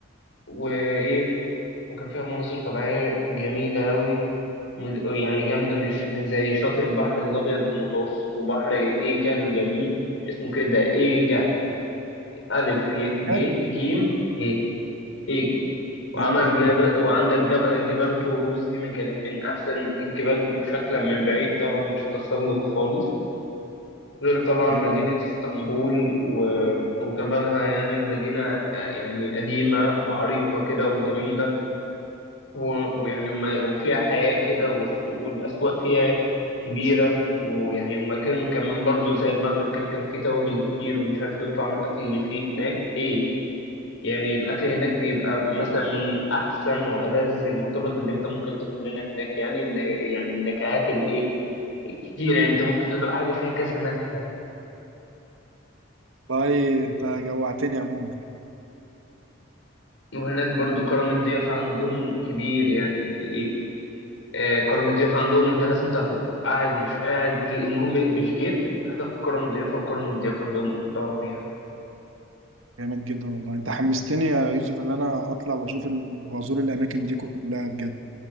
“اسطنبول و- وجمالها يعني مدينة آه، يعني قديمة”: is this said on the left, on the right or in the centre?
Left